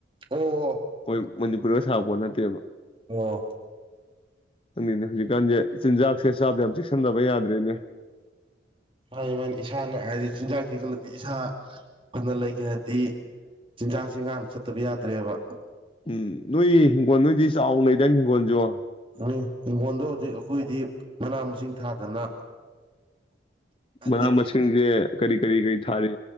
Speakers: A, on the right (about 30°); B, on the left (about 30°).
A: ꯑꯣ-ꯑꫭ-ꯑꫭ
B: ꯑꯩꯈꯣꯏ ꯃꯅꯤꯄꯨꯔꯗ ꯁꯥꯕꯄꯣꯠ ꯅꯠꯇꯦꯕ
A: ꯑꯣ
B: ꯪꯈꯪꯗꯦꯅꯦ ꯍꯧꯖꯤꯛꯀꯥꯟꯁꯦ ꯆꯤꯟꯖꯥꯛꯁꯦ ꯆꯥꯕꯗ ꯌꯥꯝ ꯆꯦꯛꯁꯤꯟꯗꯕ ꯌꯥꯗ꯭ꯔꯦꯅꯦ
A: ꯃꯥ ꯃꯥꯅꯤ ꯏꯁꯥꯅ ꯍꯥꯏꯗꯤ ꯆꯤꯟꯖꯥꯛꯁꯤ ꯈꯜꯂ ꯏꯁꯥ ꯐꯅ ꯂꯩꯒꯦ ꯍꯥꯏꯗꯤ ꯆꯤꯟꯖꯥꯛꯁꯤ ꯉꯥꯛꯅ ꯆꯠꯇꯕ ꯌꯥꯗ꯭ꯔꯦꯕ
B: ꯎꯝ ꯅꯣꯏ ꯍꯤꯡꯒꯣꯜ ꯅꯣꯏꯗꯤ ꯆꯥꯎꯅ ꯂꯩꯗꯥꯏꯅꯦ ꯍꯤꯡꯒꯣꯜꯖꯨ
A: ꯅꯤ ꯍꯤꯡꯒꯣꯜꯗꯨꯕꯨꯗꯤ ꯑꯩꯈꯣꯏꯗꯤ ꯃꯅꯥ ꯃꯁꯤꯡ ꯊꯥꯗꯅ <inaudible> ꯍꯥꯏꯗꯤ
B: ꯃꯅꯥ ꯃꯁꯤꯡꯖꯦ ꯀꯔꯤ ꯀꯔꯤ ꯀꯔꯤ ꯊꯥꯔꯤ